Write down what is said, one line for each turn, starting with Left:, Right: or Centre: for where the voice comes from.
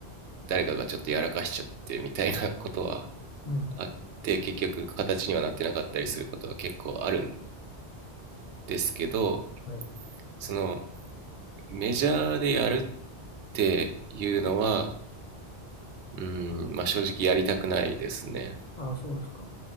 Right: 誰かがちょっとやらかしちゃってみたいなことは
Left: うん。
Right: あって、結局形にはなってなかったりすることは結構あるんですけど、
Left: はい。
Right: そのメジャーでやるっていうのは、うーん、まあ正直やりたくないですね。
Left: ああ、そうですか。